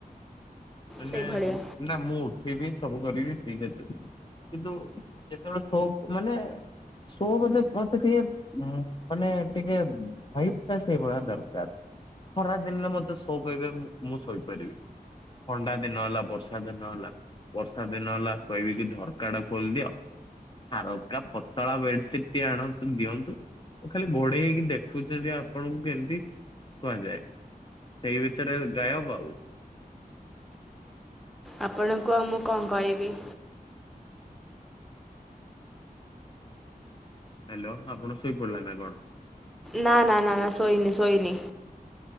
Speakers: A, on the left (about 30°); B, in the centre.
A: ମାନେ
B: ସେଇଭଳିଆ
A: ନା ମୁଁ ଉଠିବି ସବୁ କରିବି ଠିକ ଅଛି। କିନ୍ତୁ ଯେତେବେଳେ ସ ମାନେ ସୋ ମେ ମତେଏ ଉଁ ମାନେ ଟିକେ ହାଇଟ୍ ଟା ସେଇଭଳିଆ ଦରକାର। ଖରା ଦିନରେ ମତେ ଶୋ କହିବେ ମୁଁ ଶୋଇପାରିବି। ଥଣ୍ଡା ଦିନ ହେଲା ବର୍ଷା ଦିନ ହେଲା ବର୍ଷା ଦିନ ହେଲା କହିବି କି ଝରକା ଟା ଖୋଲିଦିଅ ଆ ରକା ପତଳା ବେଡସିଟ ଟିଏ ଆଣନ୍ତୁ ଦିଅନ୍ତୁ। ଖାଲି ଘୋଡେଇ ହେଇକି ଦେଖୁଛନ୍ତି ଆପଣଙ୍କୁ କେମିତି କୁହାଯାଏ। ସେଇ ଭିତରେ ଗାୟବ ଆଉ।
B: ଆପଣଙ୍କୁ ଆଉ ମୁଁ କଣ କହିବି।
A: ହ୍ୟାଲୋ। ଆପଣ ଶୁଇ ପଡିଲେ ନା କଣ?
B: ନା-ନା- ନା-ନା ଶୋଇ ନି ଶୋଇ ନି।